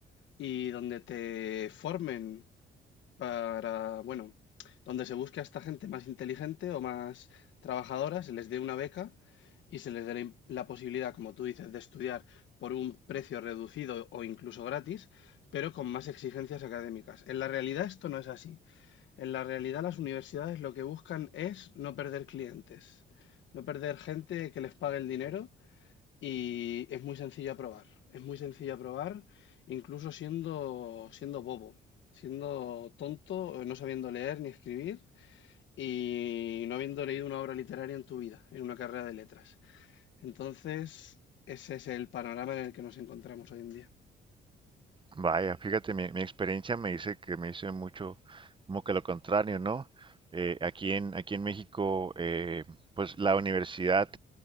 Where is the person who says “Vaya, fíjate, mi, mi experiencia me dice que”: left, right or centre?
Right